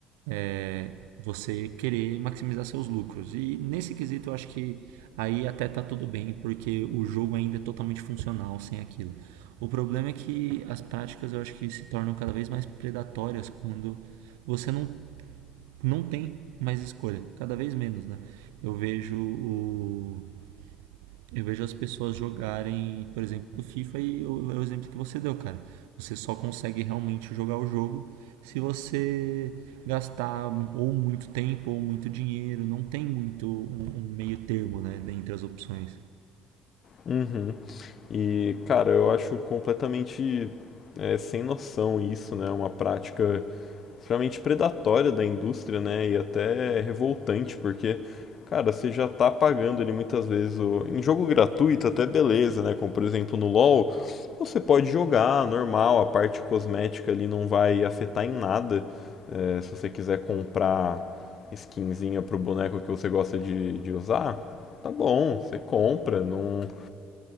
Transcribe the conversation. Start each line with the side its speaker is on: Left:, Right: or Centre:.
Right: É você querer maximizar seus lucros. E nesse quesito eu acho que aí até tá tudo bem, porque o jogo ainda é totalmente funcional sem aquilo. O problema é que as práticas eu acho que se tornam cada vez mais predatórias quando você não, não tem mais escolha, cada vez menos, né? Eu vejo o eu vejo as pessoas jogarem, por exemplo, FIFA e o, é o exemplo que você deu, cara. Você só consegue realmente jogar o jogo se você gastar ou muito tempo ou muito dinheiro. Não tem muito um, um meio termo, né, dentre as opções.
Left: Uhum. E, cara, eu acho completamente é, sem noção isso, né? É Uma prática extremamente predatória da indústria, né? E até revoltante, porque, cara, você já tá pagando ali muitas vezes o... em jogo gratuito, até beleza, né? Como por exemplo no LoL, você pode jogar normal, a parte cosmética ali não vai afetar em nada. É, se você quiser comprar skinzinha pro boneco que você gosta de, de usar, tá bom, você compra, não